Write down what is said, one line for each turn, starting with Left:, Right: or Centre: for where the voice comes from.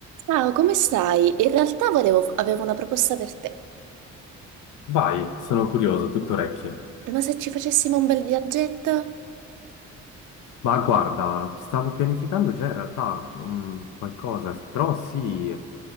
Right: Ciao, come stai? In realtà volevo- avevo una proposta per te.
Left: Vai, sono curioso, tutto orecchie.
Right: Ma se ci facessimo un bel viaggetto?
Left: Ma guarda, stavo pianificando già in realtà mm, qualcosa, però sì, eh,